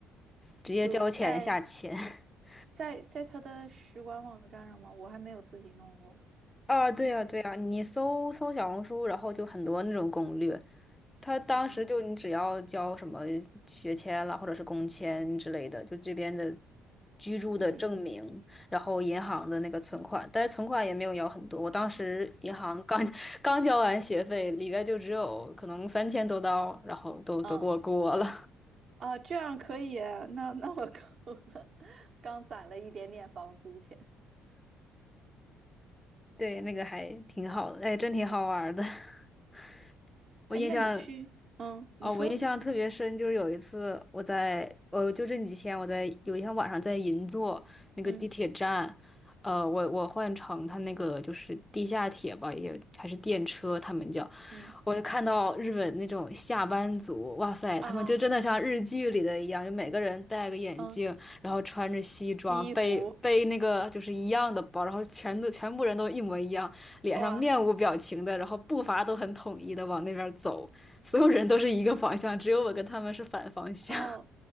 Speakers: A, on the left (about 15°); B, on the right (about 55°).
A: 直接交钱下签。
B: 就在
A: <laughs>
B: 在在他的使馆网站上吗？我还没有自己弄过，
A: 啊，对呀，
B: 应该
A: 对呀，你搜搜小红书，然后就很多那种攻略，他当时就你只要交什么学签了或者是工签之类的，
B: 嗯
A: 就这边的居住的证明，
B: 嗯
A: 然后银行的那个存款，但是存款也没有要很多。我当时银行刚 <laughs> 刚交完学费，里边就只有可能三千多刀，然后都都给我过了。
B: 嗯啊，这样可以啊那那我够了，<laughs> 刚攒了一点点房租钱。
A: 对，那个还挺好的，哎，真挺好玩儿的。<laughs> 我印象，
B: 哎，那你去，嗯，你说，
A: 哦，我印象特别深，就是有一次我在，呃，就这几天我在有一天晚上在银座那个地铁站，
B: 嗯
A: 呃，我我换乘他那个就是地下铁吧，也还是电车，他们叫，
B: 嗯
A: 我就看到日本那种下班族，哇塞，
B: 啊
A: 他们就真的像日剧里的一样，就每个人戴个眼镜，
B: 嗯，
A: 然后穿着西装，
B: 西服
A: 背背那个就是一样的包，然后全都全部人都一模一样，脸上面无表情的，
B: 哇
A: 然后步伐都很统一的往那边走，所有人都是一个方向，只有我跟他们是反方向。
B: 哦，